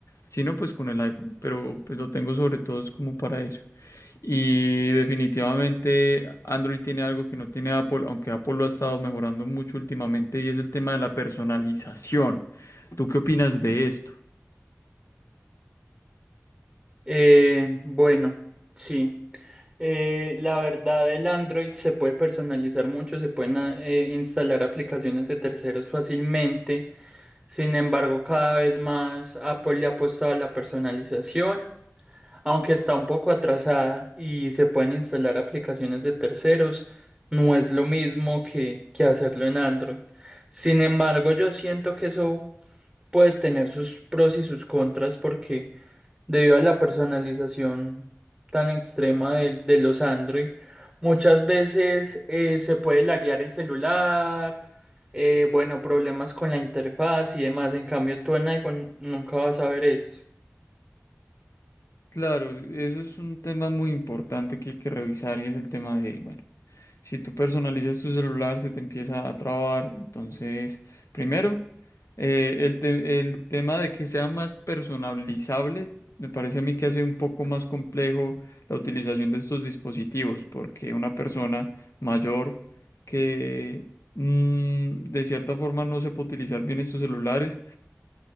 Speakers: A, on the left (about 70°); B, in the centre.
A: Si no, pues con el iPhone. Pero pues lo tengo sobre todo es como para eso. Y definitivamente Android tiene algo que no tiene Apple, aunque Apple lo ha estado mejorando mucho últimamente y es el tema de la personalización. ¿Tú qué opinas de esto?
B: eh, bueno, sí. Eh, la verdad, el Android se puede personalizar mucho, se pueden ah, eh, instalar aplicaciones de terceros fácilmente. Sin embargo, cada vez más Apple le ha apostado a la personalización, aunque está un poco atrasada y se pueden instalar aplicaciones de terceros, no es lo mismo que, que hacerlo en Android. Sin embargo, yo siento que eso puede tener sus pros y sus contras porque debido a la personalización tan extrema de, de los Android, muchas veces eh, se puede laguear el celular, eh, bueno, problemas con la interfaz y demás. En cambio, tú en iPhone nunca vas a ver eso.
A: Claro, eso es un tema muy importante que hay que revisar y es el tema de, bueno. Si tú personalizas tu celular, se te empieza a trabar. Entonces, primero, eh, el, te- el tema de que sea más personalizable, me parece a mí que hace un poco más complejo la utilización de estos dispositivos, porque una persona mayor que mm, de cierta forma no sepa utilizar bien estos celulares,